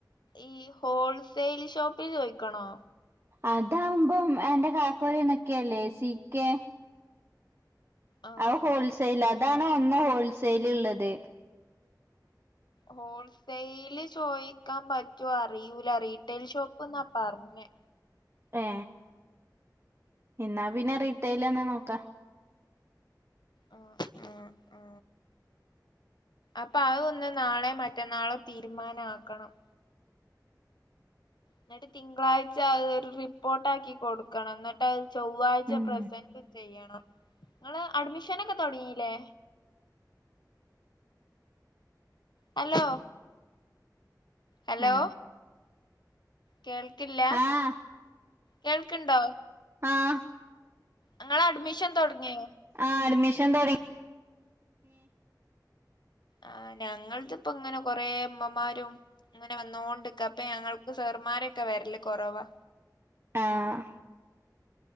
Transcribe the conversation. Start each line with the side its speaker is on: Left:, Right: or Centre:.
Left: ഈ ഹോൾസെൽ ഷോപ്പിൽ ചോദിക്കണോ
Right: അതാവുമ്പോ അന്റെ കക്കു നെ <unintelligible> സി കെ
Left: ആഹ്
Right: അത് ഹോൾസെൽണ് അതാണോ ഒന്ന് ഹോൾസെൽ ഉള്ളത്
Left: ഹോൾസെയില് ചോയിക്കാൻ പറ്റോ അറിയൂല റീട്ടെൽ ഷോപ്പ് എന്നാ പറഞ്
Right: ഏ ഇന്നാ പിന്നെ റിട്ടൈൽ എന്നെ നോക്കാം
Left: ആ ആ ആ അപ്പൊ അത്ഒന്ന് നാളെ മറ്റന്നാളും തീരുമാന ആക്കണം എന്നിട്ട് തിങ്കളാഴ്ച അത് ഒരു റിപ്പോർട്ട് ആക്കി കൊടുക്കണം എന്നിട്ട് അത് ചൊവ്വാഴ്ച
Right: ഉം
Left: പ്രസന്റ് ചെയ്യണം നിങ്ങള് അഡ്മിഷനൊക്കെ തുടങ്ങില്ലേ ഹലോ ഹലോ
Right: ഉം
Left: കേൾക്കില്ല
Right: ആഹ്
Left: കേൾക്ണ്ടോ
Right: ആഹ്
Left: ഇങ്ങളെ അഡ്മിഷൻ തുടങ്ങിയോ
Right: ആ അഡ്മിഷൻ തുടങ്ങ
Left: ആ ഞങ്ങളത് ഇപ്പോഇങ്ങനെ കൊറെ ഇമ്മമാരും ഇങ്ങനെ വന്ന് കൊണ്ട് നിൽക്കാഅപ്പൊ ഞങ്ങൾക്ക് സാറുമാരൊക്കെ വരല് കുറവാ
Right: ആഹ്